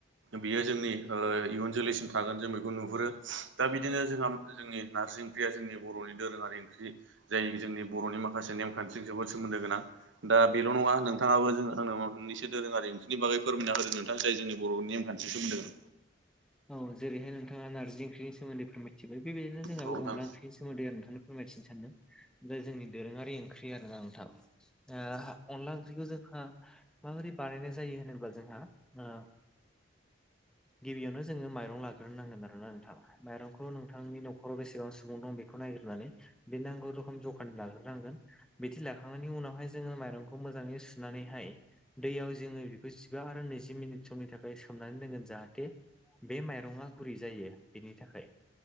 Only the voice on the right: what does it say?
बेयो जोंनि इयुन जोलैसिम थागोन जों बेखौ नुहुरो। दा बिदिनो जोंहा जोंनि नारजि ओंख्रिया जोंनि बर'नि दोरोङारि ओंख्रि जाय जोंनि बर'नि माखासे नेमखान्थिजों जोबोद सोमोन्दो गोनां। दा बेल' नङा नोथाङाबो ओ आंनो मोननैसो दोरोङारि ओंख्रिनि बागै फोमायना होदो नोंथां जाय जोंनि बर'नि नेमखान्थिजों सोमोन्दो दं।
औ नोंथां